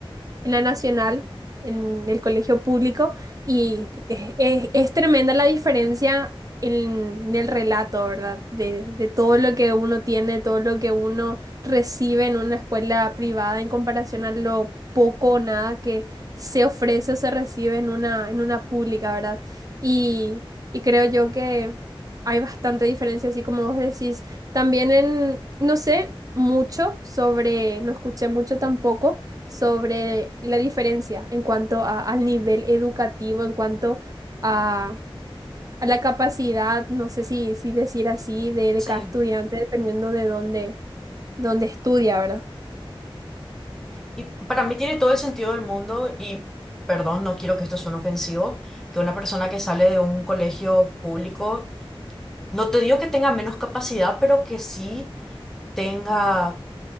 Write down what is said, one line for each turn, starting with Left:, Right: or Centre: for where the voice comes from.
Right: en la nacional, en el colegio público, y es, es- es tremenda la diferencia en, en el relato, ¿verdad? De, de todo lo que uno tiene, todo lo que uno recibe en una escuela privada en comparación a lo poco o nada que se ofrece o se recibe en una, en una pública, ¿verdad? Y, y creo yo que hay bastante diferencia, así como vos decís. También en, no sé mucho sobre, no escuché mucho tampoco sobre la diferencia en cuanto a- al nivel educativo, en cuanto a, a la capacidad, no sé si, si decir así, de, de
Centre: sí.
Right: cada estudiante, dependiendo de dónde, dónde estudia, ¿verdad?
Centre: Y para mí tiene todo el sentido del mundo y, perdón, no quiero que esto suene ofensivo, que una persona que sale de un colegio público, no te digo que tenga menos capacidad, pero que sí tenga